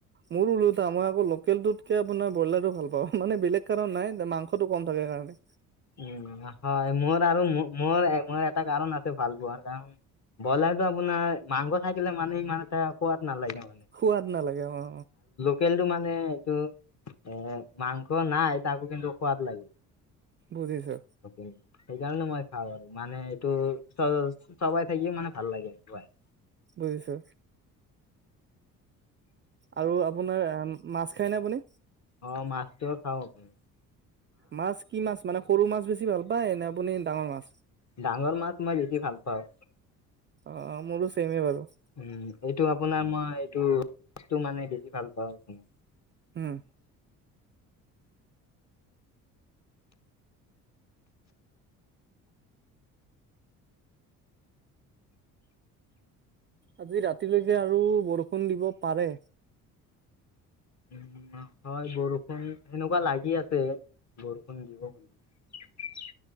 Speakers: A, on the right (about 25°); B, on the left (about 40°).
A: মোৰ ওলোটা মই আকৌ লোকেলটোতকে আপোনাৰ ব্ৰইলাৰটো ভাল পাওঁ মানে বেলেগ কাৰণ নাই মাংসটো কম থাকে কাৰণে।
B: উম হয় মোৰ আৰু মোৰ মোৰ এটা কাৰণ আছে ভাল পোৱাৰ কাৰণ ব্ৰইলাৰটো আপোনাৰ মাংস খাইাকিলে মানে ইমান কোৱাত নালাগে।
A: খোৱোৱাৰ নালাগে অ,
B: পেলটো মানে এইটো এ মাংস নাই তাকো কিন্তু সোৱাদ লাগে।
A: বুজিছো
B: সেইকাৰণে মই খাও আৰু মানে। টো চ চবাই থাকিয়ে মানে ভাল লাগে ভাই।
A: বুজিছো। আৰু আপোনাৰ মাছ খায়নে আপুনি?
B: অ, মাছটো খাব পাৰি
A: মাছ কি মাছ মানে সৰু মাছ বেছি ভাল পায় নে আপুনি ডাঙৰ মাছ।
B: ডাঙৰ মাছ মই বেছি ভাল পাও।
A: অ, মোৰ তো চেম বাৰু
B: উম এইটো আপোনাৰ মই এইটোটো মানে দেখি ভাল পাও আপোনাৰ
A: হম আজি ৰাতিলৈকে আৰু বৰষুণ দিব পাৰে।
B: উম হয় বৰষুণ সেনেকুৱা লাগি আছে বৰষুণ দিব বুলি।